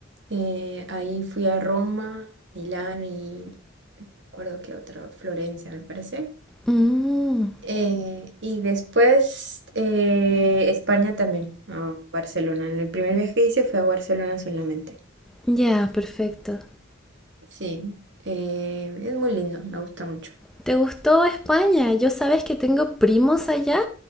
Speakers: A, on the right; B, in the centre.
A: eh, ahí fui a Roma, Milán y no me acuerdo qué otro, Florencia, me parece.
B: Mm,
A: Eh, y después eh, España también, a Barcelona. En el primer viaje que hice fue a Barcelona solamente.
B: ya, perfecto.
A: Sí, eh, es muy lindo, me gusta mucho.
B: ¿Te gustó España? Yo sabes que tengo primos allá,